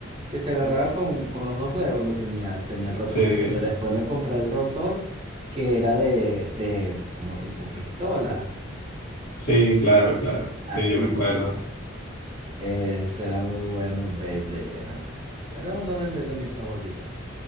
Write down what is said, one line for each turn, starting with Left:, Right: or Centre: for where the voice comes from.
Right: que se agarraba con, con los dos dedos, lo tenía, tenía el rotor
Left: Sí,
Right: pequeño. Después me compré el rotor que era de, de como tipo pistola.
Left: sí, claro, claro.
Right: así,
Left: Sí, yo me acuerdo.
Right: eh, será muy bueno Beyblade, era. Era uno de, mi- de mis favoritas.